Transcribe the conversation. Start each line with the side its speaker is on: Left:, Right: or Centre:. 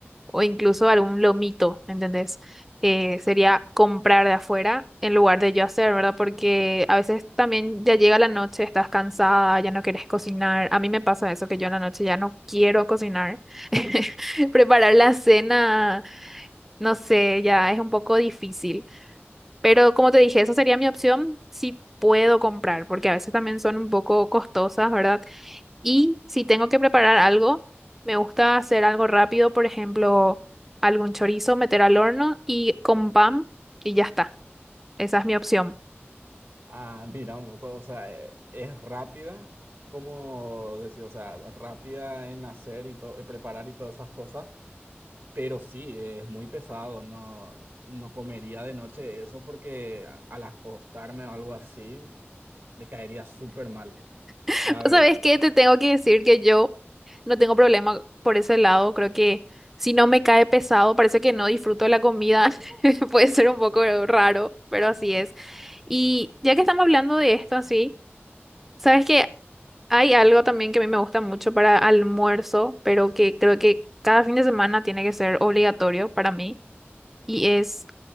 Centre: o incluso algún lomito, ¿entendés? Eh, sería comprar de afuera en lugar de yo hacer, ¿verdad? Porque a veces también ya llega la noche, estás cansada, ya no quieres cocinar. A mí me pasa eso, que yo en la noche ya no quiero cocinar. <laughs> Preparar la cena, no sé, ya es un poco difícil. Pero como te dije, esa sería mi opción si puedo comprar, porque a veces también son un poco costosas, ¿verdad? Y si tengo que preparar algo, me gusta hacer algo rápido, por ejemplo, algún chorizo, meter al horno y con pan y ya está. Esa es mi opción.
Right: Ah, mira, un poco, o sea, eh, es rápida, como decir, o sea, rápida en hacer y todo, preparar y todas esas cosas, pero sí, es muy pesado, no, no comería de noche eso porque a- al acostarme o algo así, me caería súper mal,
Centre: <laughs>
Right: la
Centre: Pues,
Right: verdad.
Centre: ¿Sabes qué? Te tengo que decir que yo no tengo problema por ese lado. Creo que si no me cae pesado, parece que no disfruto la comida. <laughs> Puede ser un poco raro, pero así es. Y ya que estamos hablando de esto así. Sabes que hay algo también que a mí me gusta mucho para almuerzo, pero que creo que cada fin de semana tiene que ser obligatorio para mí, y es